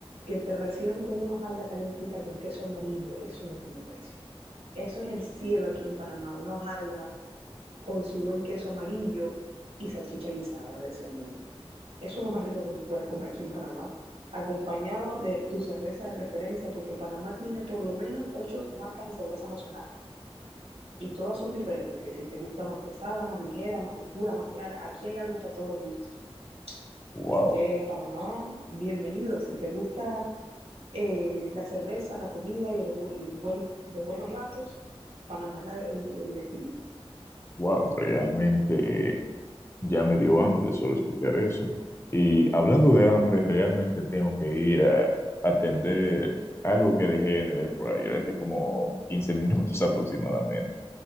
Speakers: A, on the right (about 80°); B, on the left (about 25°).
A: que te reciban con una hojalda calientita con queso amarillo, eso no tiene precio. Eso es el cielo aquí en Panamá, una hojalda con su buen queso amarillo y salchicha guisada de desayuno. Eso es lo más rico que tú puedes comer aquí en Panamá, acompañado de tu cerveza de preferencia, porque Panamá tiene por lo menos ocho marcas de cerveza nacionales y todas son diferentes, que si te gusta más pesada, más ligera, más oscura, más clara, aquí hay algo para todos los gustos.
B: Wow,
A: Así que en Panamá, bienvenido. Si te gusta eh, la cerveza, la comida y, los, y el buen, los buenos ratos, Panamá es la- el, el destino.
B: wow, realmente eh, ya me dio hambre de solo escuchar eso. Y hablando de hambre, realmente tengo que ir a atender algo que dejé en el air fryer hace como 15 <laughs> minutos aproximadamente.